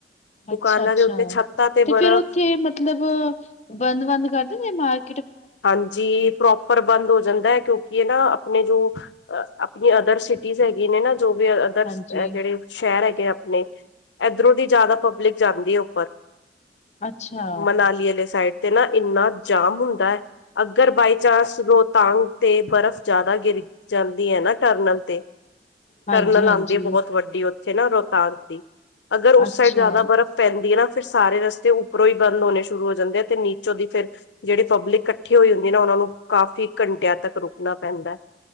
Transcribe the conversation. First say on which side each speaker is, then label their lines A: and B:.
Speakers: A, on the left; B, on the left.
A: ਦੁਕਾਨਾਂ
B: ਅੱਛਾ -ਅੱਛਾ
A: ਦੇ ਉੱਤੇ ਛੱਤਾਂ
B: ਤੇ
A: ਬਰਫ਼
B: ਫੇਰ ਉੱਥੇ ਮਤਲਬ ਬੰਦ- ਬੰਦ ਕਰਦੇ ਨੇ ਨਾਲ
A: ਹਾਂਜੀ। ਪ੍ਰੋਪਰ ਬੰਦ ਹੋ ਜਾਂਦਾ ਹੈ। ਕਿਉਂ ਕੀ ਨਾ ਆਪਣੇ ਜੋ ਆਪਣੀ ਅਦਰ ਸਿਟੀਜ਼ ਹੈਗੀੀਆਂ ਨੇ ਨਾ। ਜੋ ਵੀ ਅਦਰ
B: ਹਾਂਜੀ-ਹਾਂਜੀ
A: ਜਿਹੜੇ ਸ਼ਹਿਰ ਹੈਗੇ ਆਪਣੇ ਇਧਰੋਂ ਦੀ ਜ਼ਿਆਦਾ ਪਬਲਿਕ ਜਾਂਦੀ ਹੈ। ਉੱਪਰ
B: ਅੱਛਾ
A: ਮਨਾਲੀ ਵਾਲੇ ਸਾਈਡ ਤੇ ਨਾ ਇੰਨਾ ਜਾਮ ਹੁੰਦਾ ਹੈ। ਅਗਰ ਬਾਈ ਚਾਂਸ ਰੋਹਤਾਂਗ ਤੇ ਬਰਫ਼ ਜ਼ਿਆਦਾ ਗਿਰ ਜਾਂਦੀ ਹੈ। ਨਾ ਟਰਨਲ ਤੇ
B: ਹਾਂਜੀ-ਹਾਂਜੀ।
A: ਟਰਨਲ ਆਉਂਦੀ ਹੈ। ਬਹੁਤ ਵੱਡੀ ਉ ਨਾ ਰੋਹਤਾਂਗ ਦੀ। ਅਗਰ ਉਸ
B: ਅੱਛਾ
A: ਸਾਈਡ ਜ਼ਿਆਦਾ ਬਰਫ਼ ਪੈਂਦੀ ਹੈ। ਨਾ ਫਿਰ ਸਾਰੇ ਰਸਤੇ ਉੱਪਰੋਂ ਹੀ ਬੰਦ ਹੋਣੇ ਸ਼ੁਰੂ ਹੋ ਜਾਂਦੇ ਆ। ਤੇ ਨੀਚੋਂ ਦੀ ਫੇਰ ਜਿਹੜੇ ਪਬਲਿਕ ਇਕੱਠੇ ਹੋਈ ਹੁੰਦੇ ਨਾ ਉਹਨਾਂ ਨੂੰ ਕਾਫ਼ੀ ਘੰਟਿਆਂ ਤੱਕ ਰੁਕਣਾ ਪੈਂਦਾ ਹੈ।